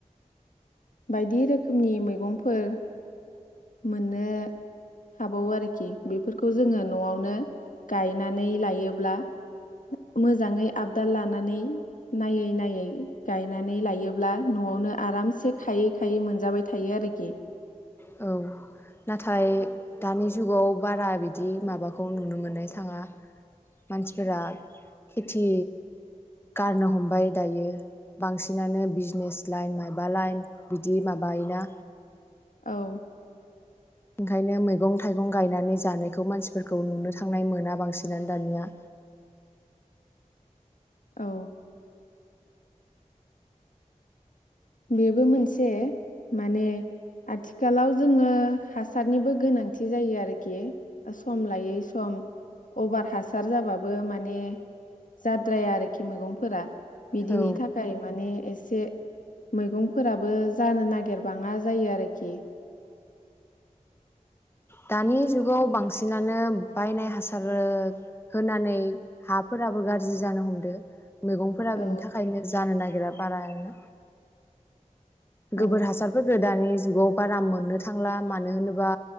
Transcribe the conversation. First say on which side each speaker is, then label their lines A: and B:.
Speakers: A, on the left; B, on the left.
A: बायदि रोखोमनि मैगंफोर। मोननो हाबावो आरोखि बेफोरखौ जोङो न'आवनो गायनानै लायोब्ला मोजाङै आबदाल लानानै नायै नायै गायनानै लायोब्ला न'आवनो आरामसे खायै खायै मोनजाबाय थायो आरोखि।
B: औ नाथाय। दानि जुगाव बारा बिदि माबाखौ नुनो मोननाय थाङा मानसिफोरा खेथि गारनो हमबाय दायो बांसिनानो बिजनेस लाइन माबा लाइन। बिदि माबायोना।
A: औ।
B: ओंखायनो मैगं थाइगं गायनानै जानायखौ मानसिफोरखौ नुनो थांनाय मोना बांसिनानो दानिया।
A: औ। बेबो मोनसे माने आथिखालाव जोङो हासारनिबो गोनांथि जायो आरोखि सम लायै सम अभार हासार जाबाबो माने जाद्राया आरोखि मैगंफोरा। बिदिनि
B: औ
A: थाखाय माने। एसे। मैगंफोराबो जानो नागिरबाङा जायो आरोखि।
B: दानि जुगाव बांसिनानो। बायनाय हासार होनानै हाफोराबो गाज्रि जानो हमदो। मैगंफोरा बेनि
A: औ
B: थाखायनो जानो नागिरा। बारायनो।
A: औ
B: गोबोर हासारफोरखो दानि <unintelligible> जुगाव बारा मोननो थांला मानो होनोबा।